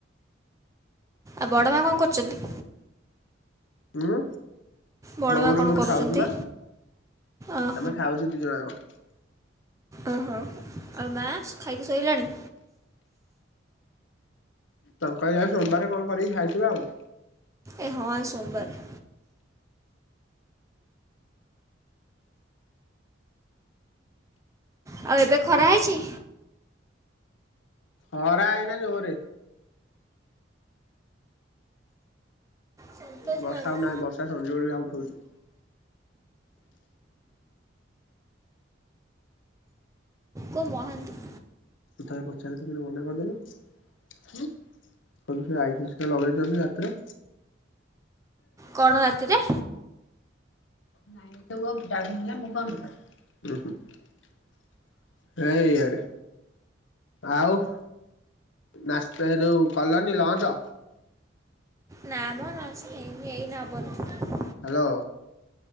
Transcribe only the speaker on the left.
ଉଁ।
ବୋଉ
ର ମୋର
ଖାଉଛୁ ବା
ଆମେ ଖାଉଛୁ ଦି ଜଣ ଯାକ।
ତାଙ୍କର ଜା ସୋମବାର କଣ କରିକି ଖାଇଥିବ ଆଉ।
ହରା ଏ ଇ ନା ଜୋରେ।
ବର୍ଷା
ଆଉ ନାହିଁ ବର୍ଷା ସଂଜବେଲିଆ ଉଠଉଛି।
ତା ପ ଚାଲେ ତୁ ମନା କରିଦେଲୁ। ଉଁ? କ ଆଇ ସେ ଲଗେଇ ଜ ଯାତ୍ରା।
ନାଇଁ ତ <unintelligible> ଏ ଏଇଆଡେ ଆଉ ନାସ୍ ତ ଯୋଉ କଲନି ଲଞ୍ଚ?
ହ୍ୟାଲୋ।